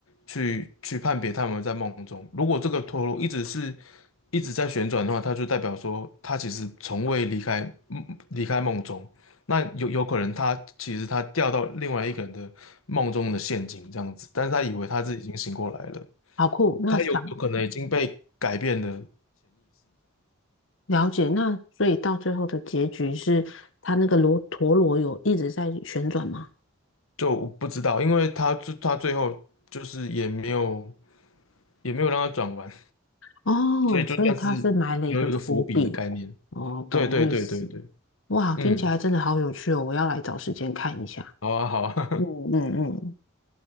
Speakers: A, on the left; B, on the left.
A: 去去判别他们在梦中。如果这个陀螺一直是一直在旋转的话，它就代表说他其实从未离开嗯离开梦中。那有有可能他其实他掉到另外一个人的梦中的陷阱这样子，但是他以为他自己已经醒过来了。
B: 好酷，那想
A: 他有有可能已经被改变了
B: 了解，那所以到最后的结局是，他那个罗陀螺有一直在旋转吗？
A: 就我不知道，因为他最他最后就是也没有也没有让他转完，
B: 哦，
A: 所以就算是有一个伏笔的概念。
B: 所以他是埋了一个伏笔，哦，懂意思。
A: 对对对对对，
B: 哇，听起来真的好有趣哦，
A: 嗯，
B: 我要来找时间看一下。
A: 好啊好啊，
B: 嗯嗯嗯，